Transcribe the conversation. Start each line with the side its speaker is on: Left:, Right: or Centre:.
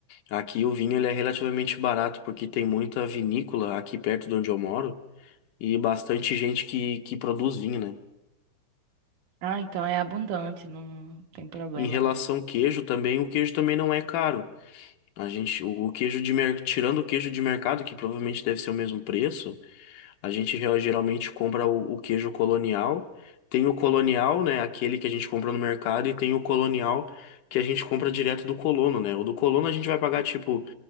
Left: Aqui o vinho ele é relativamente barato porque tem muita vinícola aqui perto de onde eu moro e bastante gente que, que produz vinho, né?
Right: Ah, então é abundante, não tem problema,
Left: Em relação
Right: né?
Left: ao queijo também, o queijo também não é caro. A gente, o, o queijo de mer... tirando o queijo de mercado, que provavelmente deve ser o mesmo preço, a gente real- geralmente compra o, o queijo colonial. Tem o colonial, né, aquele que a gente compra no mercado e tem o colonial que a gente compra direto do colono, né? O do colono a gente vai pagar tipo